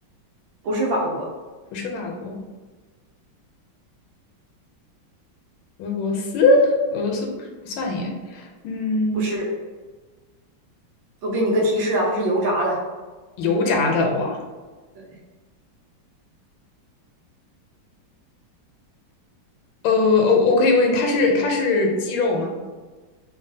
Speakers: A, on the right; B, on the left.
A: 不是法国，
B: 不是法国，俄罗斯，俄罗斯不算耶，嗯，
A: 不是。我给你个提示啊，它是油炸的。
B: 油炸的哇，
A: 对
B: 呃，我我可以问，它是它是鸡肉吗？